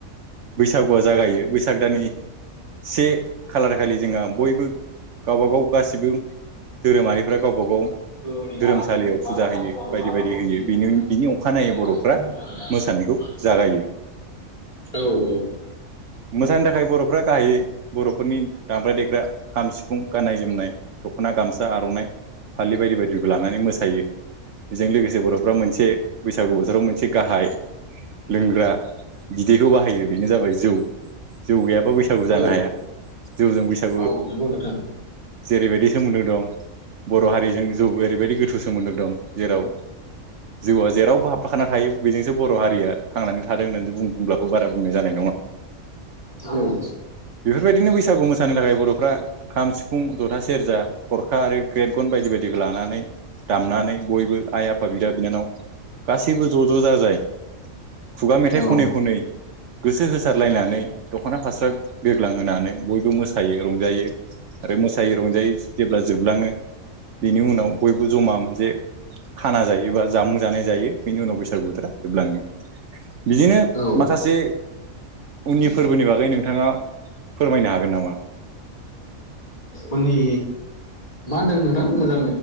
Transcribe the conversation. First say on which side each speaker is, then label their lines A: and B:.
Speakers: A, on the right (about 65°); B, on the left (about 25°).
A: बैसागुआ जागायो बैसाग दाननि से खालार खालि जोंहा बयबो गावबा गाव गासिबो धोरोमारिफ्रा गावबा गाव
B: <unintelligible>
A: धोरोमसालियाव
B: <unintelligible> <unintelligible> <unintelligible>
A: फुजा होयो बायदि बायदि होयो बेनि बिनि अखानायै बर'फ्रा मोसानायखौ जागायो
B: औ औ।
A: मोसानो थाखाय बर'फ्रा गाहायै बर'फोरनि दामग्रा देग्रा खाम सिफुं गाननाय जोमनाय दख'ना गामसा आर'नाइ फालि बायदि बायदिखौ लानानै मोसायो बेजों लोगोसे बर'फ्रा मोनसे बैसागु बोथोराव मोनसे गाहाय लोंग्रा बिदैखौ बाहायो बेनो जाबाय जौ जौ गैयाबा बैसागु जानो
B: औ
A: हाया जौजों बैसागु
B: नंगौ नोंथां
A: जेरैबायदि सोमोन्दो दं बर' हारिजों जौ ओरैबायदि गोथौ सोमोन्दो दं जेराव जौआ जेरावबो हाबफाखाना थायो बेजोंसो बर' हारिया थांनानै थादों होन्नानै बुं बुंब्लाबो बारा बुंनाय जानाय नङा
B: ओम
A: बेफोरबायदिनो बैसागु मोसानो थाखाय बर'फ्रा खाम सिफुं जथा सेरजा थरखा आरो ग्रेट गन बायदि बायदिखौ लानानै दामनानै बयबो आइ आफा बिदा बिनानाव गासैबो ज' ज' जाजाय खुगा मेथाइ
B: औ
A: खनै खनै गोसो होसारलायनानै दख'ना फास्रा बिरग्लांहोनानै बयबो मोसायो रंजायो आरो मोसायै रंजायै जेब्ला जोबलाङो बिनि उनाव बयबो जमा मोनसे खाना जायो बा जामुं जानाय जायो बेनि उनाव बैसागु बोथोरा जोबलाङो। बिदिनो
B: औ
A: माखासे उननि फोरबोनि बागै नोंथाङा फोरमायनो हागोन नामा?
B: उननि। मा होनदों नोंथां मोजां